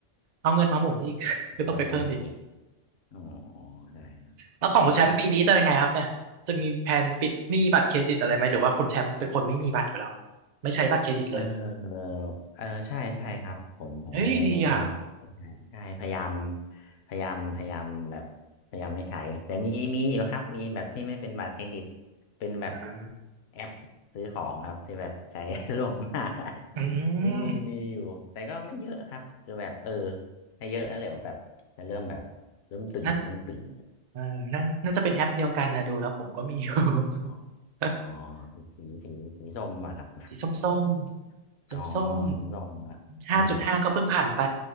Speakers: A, on the right (about 65°); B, on the left (about 65°).
A: เอาเงินมาหมุนอีก <laughs> ก็ต้องไปเพิ่มอีก
B: เพิ่มหนี้อ๋อใช่เนอะ
A: แล้วของคุณแชมป์ปีนี้จะยังไงครับเนี่ยจะมีแผนปิดหนี้บัตรเครดิตอะไรไหมหรือว่าคุณแชมป์เป็นคนไม่มีบัตรอยู่แล้ว
B: ก็
A: ไม่ใช้บัตรเครดิตเลย
B: เออเออใช่ใช่ครับผมผมไม่ได้ไม่ไม่ไม่ใช่ใช่พยายาม
A: เฮ้ยดีอ่ะ
B: พยายามพยายามแบบพยายามไม่ใช้แต่มีมีอยู่ครับมีแบบที่ไม่เป็นบัตรเครดิตเป็นแบบ
A: อ่า
B: แอปซื้อของครับที่แบบใช้ <laughs> ล่วงหน้าได้
A: อืม
B: ยังมีมีอยู่แต่ก็ไม่เยอะครับคือแบบเออถ้าเยอะแล้วเดี๋ยวแบบจะเริ่มแบบเริ่มตึงเริ่มตึง
A: น่าเออน่าน่าจะเป็นแอปเดียวกันนะดูแล้วผมก็มีอยู่ <laughs>
B: อ๋ออ๋อสีสีสีส้มอะครับ
A: สีส้มส้ม
B: <laughs>
A: ส้มส้ม
B: อ๋อสีส้มอะอ๋อ
A: ห้าจุดห้าก็เพิ่งผ่านไป